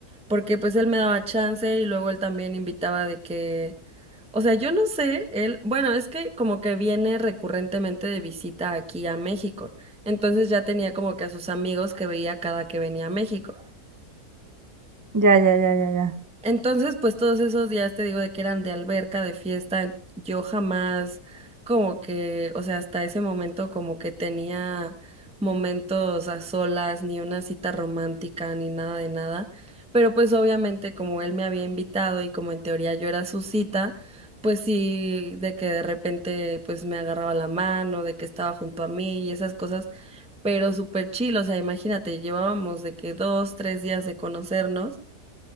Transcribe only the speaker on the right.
Ya, ya, ya, ya, ya.